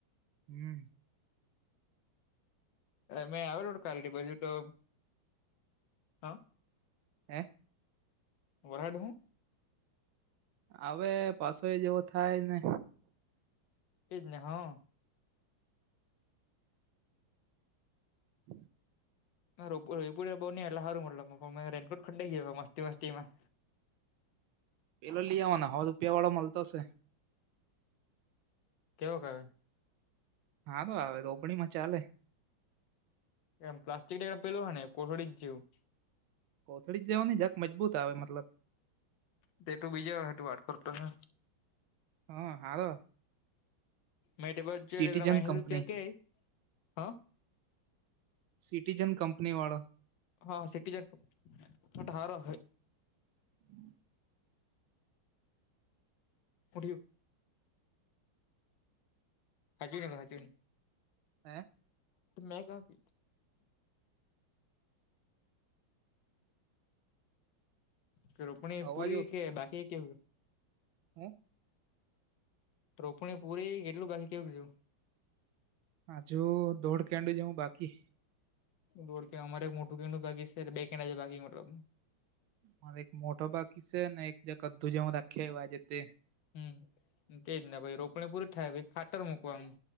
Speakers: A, on the right (about 80°); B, on the left (about 65°).
A: હમ.
B: મે આવે લો તે બાજુ તો હા
A: હ્યાં
B: વરહાદ હુ.
A: આવે પાછો એ જેવો થાય ને
B: એજ ને હા.
A: <inaudible>
B: રપુ <inaudible> બહુ ને એટલા સારું મળટ <inaudible> પણ રેનકોટ ફાટી ગયો મસ્તી મસ્તી માં
A: પેલો લઈ આવવાના હો રૂપિયા વાળો મળતો છે.
B: કેવો ક આ વે?
A: હારો આવે રોપનીમાં ચાલે.
B: એમ પ્લાસ્ટ્ટિક એક પેલો હો ને કોહર <unintelligible> જ જેીવ <inaudible>
A: કોથળી જવાની જાક મજબૂત આવે મતલબ
B: તે તુ બીજેય તું વાત કરતો ઓહે
A: હમ્મ હારુ
B: મે તેબાજુ જોયું
A: સિટીજન
B: તો અહીં
A: કંપની
B: રૂપિયા કેય હ
A: સિટીજન કંપનીવાળા
B: હા સટી જન કોટ હારો ઓહે
A: <unintelligible>
B: પૂડી્યું હાજુ ગ હજ
A: હ્યાં
B: તો કેવ <unintelligible> કે રોપણી
A: અવાજ
B: પૂરી કે બાકી કે
A: હ.
B: રોપુણી પુરી કેટલું બાકી કેવ કીદુ
A: હજુ દોડ કેંડ જ હું બાકી
B: દોડ કે અમારે એક મોટું કેડ બાકી છે બે કેડા છે બાકી મતલબ
A: મારે એક મોટો બાકી છે ને એક જે ક્ધું જ હું રાખ્યા આજે તે
B: હમ્મ તેજ ને પહિ રોપણી પૂરી થાય પહિ ખાતર મૂકવાનું